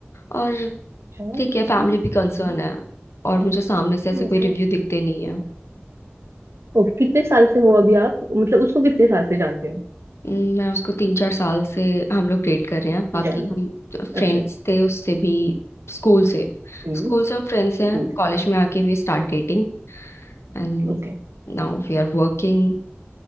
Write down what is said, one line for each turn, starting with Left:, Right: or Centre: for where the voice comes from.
Left: और
Right: अच्छा
Left: ठीक है फैमिली भी कंसर्न
Right: हम्म
Left: है और मुझे सामने से ऐसे
Right: ओके
Left: कोई रिव्यू दिखते नहीं है
Right: ओके कितने साल से हो अभी आप मतलब उसको कितने साल से जानते हो
Left: उम, मैं उसको तीन चार साल से हम लोग डेट कर रहे हैं बाकी
Right: जानते
Left: हम
Right: हो
Left: फ्रेंड्स
Right: अच्छा
Left: थे उससे भी स्कूल से
Right: हम्म
Left: स्कूल से हम फ्रेंड्स हैं
Right: स्कूल
Left: कॉलेज
Right: से
Left: में आके we start dating and
Right: ओके
Left: now we are working